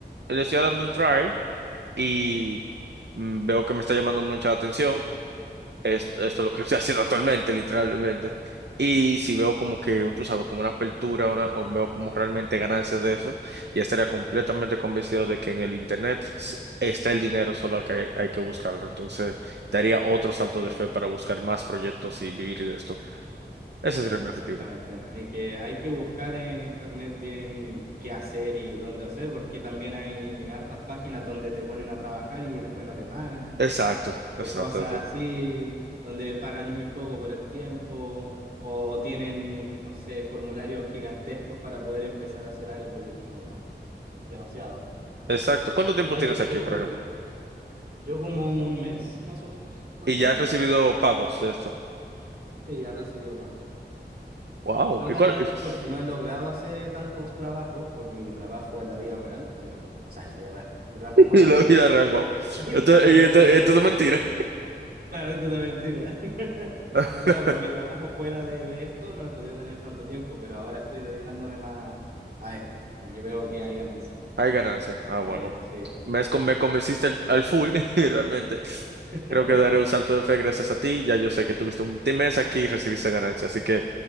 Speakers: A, on the right (about 70°); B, on the right (about 55°).
A: le estoy dando un try y mm, veo que me está llamando mucha la atención. Esto, esto es lo que <laughs> estoy haciendo actualmente, literalmente. Y si veo como que, tú sabes, como una apertura, una, o veo como realmente ganancias de eso, ya estaría completamente convencido de que en el Internet s- está el dinero, solo que hay, hay que buscarlo. Entonces, daría otro salto
B: Mínimo.
A: de fe para buscar más proyectos y vivir de esto. Ese
B: Sí,
A: sería
B: exactamente.
A: mi objetivo.
B: Hay que, hay que buscar en internet bien qué hacer y dónde hacer, porque también hay hartas páginas donde te ponen a trabajar y después no te pagan.
A: Exacto,
B: o
A: exacto,
B: cosas
A: exacto.
B: así, donde pagan muy poco por el tiempo, o tienen, no sé, formularios gigantescos para poder empezar a hacer algo y es como, no, es demasiado.
A: Exacto. ¿Cuánto tiempo
B: Hay
A: tienes
B: que equivocarle.
A: aquí, por ejemplo?
B: Yo como un mes, más o menos, recién,
A: Y ya has recibido pagos de esto.
B: sí, ya he recibido pagos.
A: Wow.
B: No
A: ¿Y
B: tan
A: cuál?
B: grandes
A: <laughs>
B: porque no he logrado hacer eh, tantos trabajos por mi trabajo en la vida real, pero, o sea, en la vida real, mi trabajo fuera
A: Y la
B: de esto.
A: vida real, wow.
B: <laughs>
A: Esto,
B: Claro,
A: y
B: como
A: esto,
B: si estuviéramos
A: esto
B: jugando.
A: es mentira.
B: Claro, esto es mentira. <laughs>
A: <laughs>
B: No, claro, por mi trabajo fuera de, de esto no he podido tener tanto tiempo, pero ahora estoy dedicándome más a esto, porque veo que hay ganancia.
A: Hay ganancia. Ah,
B: Está
A: bueno.
B: bien, sí.
A: Me, has con- me convenciste al, al full, <laughs> y realmente.
B: <laughs>
A: Creo que daré un salto de fe gracias a ti. Ya yo sé que tuviste un mes aquí y recibiste ganancia, así que